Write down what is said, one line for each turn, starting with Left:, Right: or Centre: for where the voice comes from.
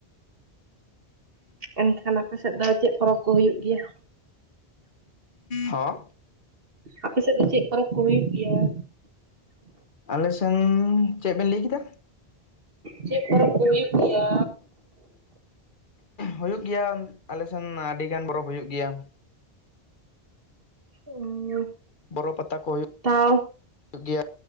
Right: ᱮᱱᱠᱷᱟᱱ ᱟᱯᱮ ᱥᱮᱫ ᱫᱚ ᱪᱮᱫ ᱯᱚᱨᱚᱵᱽ ᱠᱚ ᱦᱩᱭᱩᱜ ᱜᱮᱭᱟ?
Left: ᱦᱚᱸ
Right: ᱟᱯᱮ ᱥᱮᱫ ᱫᱚ ᱪᱮᱫ ᱯᱚᱨᱚᱵᱽ ᱠᱚ ᱦᱩᱭᱩᱜ ᱜᱮᱭᱟ?
Left: ᱟᱞᱮ ᱥᱮᱱ, ᱪᱮᱫ ᱵᱮᱱ ᱞᱟᱹᱭ ᱠᱮᱫᱟ?
Right: ᱪᱮᱫ ᱯᱚᱨᱚᱵᱽ ᱠᱚ ᱦᱩᱭᱩᱜ ᱜᱮᱭᱟ?
Left: ᱦᱩᱭᱩᱜ ᱜᱮᱭᱟ ᱟᱞᱮ ᱥᱮᱱ ᱢᱟ ᱟᱹᱰᱤ ᱜᱟᱱ ᱯᱚᱨᱚᱵᱽ ᱦᱩᱭᱩᱜ ᱜᱮᱭᱟ᱾
Right: <unintelligible>
Left: ᱵᱚᱨᱚ ᱯᱟᱛᱟ ᱠᱚ ᱦᱩᱭᱩᱜ
Right: ᱛᱟᱣ
Left: ᱦᱩᱭᱩᱜ ᱜᱮᱭᱟ